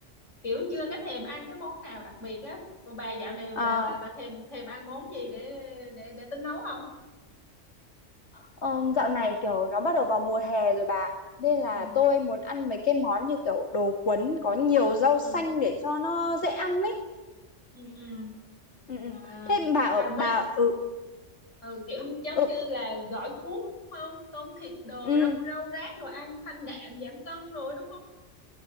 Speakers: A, on the left; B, on the left.
A: kiểu chưa có thèm ăn cái món nào đặc biệt á còn bà dạo này bà
B: à,
A: bà bà thèm thèm ăn món gì để để để tính nấu không
B: ờ, dạo này kiểu nó bắt đầu vào mùa hè rồi bà nên là
A: ừ
B: tôi muốn ăn mấy cái món như kiểu đồ cuốn có nhiều rau
A: ừ
B: xanh để cho nó dễ ăn ấy
A: ừ ừ
B: ừ ừ
A: à,
B: thế bà
A: à
B: ở
A: mấy
B: bà ừ
A: ừ, kiểu giống
B: ừ
A: như là gỏi cuốn đúng không tôm thịt đồ
B: ừ
A: rau rau rác đồ ăn thanh đạm giảm cân đồ đúng không